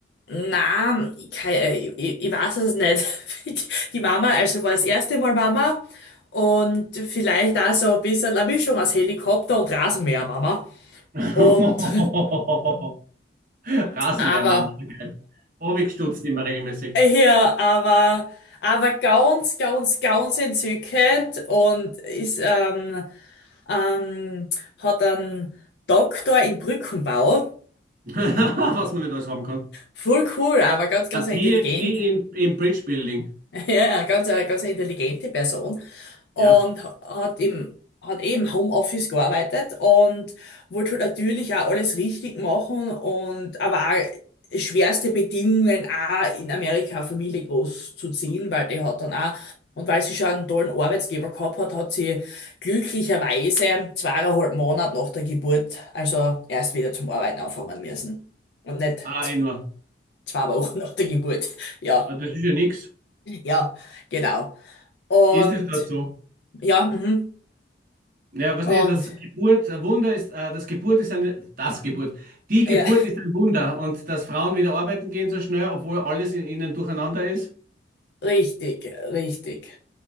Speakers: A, on the left; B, on the right.
A: na, ich, kei- äh, ich, ich weiß es nicht. <laughs> Die Mama, also war das erste Mal Mama und vielleicht auch so ein bisschen eine Mischung aus Helikopter und Rasenmäher Mama.
B: <laughs>
A: Und,
B: Rasenmäher-Mama,
A: <laughs> aber,
B: gell? Oh, immer regelmäßig.
A: Ja, aber, aber ganz, ganz, ganz entzückend und ist, ähm, ähm, hat einen Doktor in Brückenbau.
B: <laughs> Was man nicht alles haben kann.
A: Voll cool, aber ganz, ganz
B: Ein
A: intelligent,
B: PhD in, in Bridge Building.
A: Ja, ja, ganz, eine- ganz eine intelligente Person und
B: Ja.
A: hat im, hat eben Homeoffice gearbeitet und wollte halt natürlich auch alles richtig machen und aber auch schwerste Bedingungen auch in Amerika eine Familie großzuziehen, weil die hat dann auch und weil sie schon einen tollen Arbeitsgeber gehabt hat, hat sie glücklicherweise zweieinhalb Monate nach der Geburt, also erst wieder zum Arbeiten anfangen müssen und nicht
B: Ah, eh nur.
A: <laughs> zwei Wochen nach der Geburt. Ja,
B: Also das ist ja nichts.
A: ja, genau. Und
B: Ist es dort so?
A: ja, mhm.
B: Ja, weißt
A: Und
B: du, das Geburt, ein Wunder ist, äh, das Geburt ist eine, das Geburt, die Geburt
A: ja,
B: ist ein Wunder und dass Frauen wieder arbeiten gehen so schnell, obwohl alles in ihnen durcheinander ist.
A: <laughs> richtig, richtig.